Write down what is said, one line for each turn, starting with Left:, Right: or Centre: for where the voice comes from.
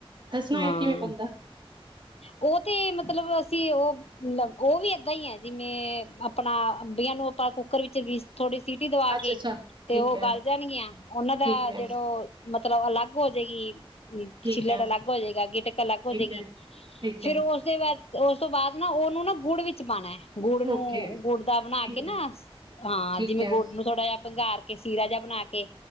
Right: ਦੱਸਣਾ ਹੈ
Left: ਹਾਂ,
Right: ਕਿਵੇਂ ਬਣਦਾ
Left: ਉਹ ਤੇ ਮਤਲਬ ਉਹ ਉਹ ਵੀ ਏਦਾਂ ਹੀ ਹੈ, ਜਿਵੇਂ ਆਪਣਾ ਅੰਬੀਆਂ ਨੂੰ ਆਪਾਂ ਕੁੱਕਰ ਵਿੱਚ ਵੀ ਥੋੜੀ ਸੀਟੀ ਦਵਾ
Right: ਅੱਛਾ
Left: ਕੇ
Right: ਅੱਛਾ
Left: ਤੇ
Right: ਠੀਕ
Left: ਉਹ
Right: ਹੈ
Left: ਗਲ ਜਾਣਗੀਆਂ ਉਹਨਾਂ ਦਾ
Right: ਠੀਕ ਹੈ
Left: ਜਿਹੜੋ ਮਤਲਬ ਅਲੱਗ ਹੋ ਜਾਏਗੀ
Right: ਠੀਕ
Left: ਛਿਲੜਾ
Right: ਹੈ
Left: ਅਲੱਗ ਹੋ ਜਾਏਗਾ ਗਿਟਕ ਅਲੱਗ
Right: ਠੀਕ
Left: ਹੋ ਜਾਏਗੀ
Right: ਹੈ ਠੀਕ
Left: ਫੇਰ
Right: ਹੈ
Left: ਉਸਦੇ ਬਾਅਦ ਤੇ ਉਸ ਤੋਂ ਬਾਅਦ ਨਾ ਉਹਨੂੰ ਨਾ ਗੁੜ ਵਿੱਚ ਪਾਉਣਾ ਗੁੜ ਨੂੰ
Right: ਓਕੇ
Left: ਗੁੜ ਦਾ ਬਣਾ
Right: ਠੀਕ
Left: ਕੇ ਨਾ
Right: ਹੈ
Left: ਹਾਂ
Right: ਠੀਕ
Left: ਜਿਵੇਂ
Right: ਹੈ
Left: ਗੁੜ ਨੂੰ ਥੋੜ੍ਹਾ ਜਿਹਾ ਪੰਘਾਰ ਕੇ ਸੀਰਾ ਜਾ ਬਣਾ ਕੇ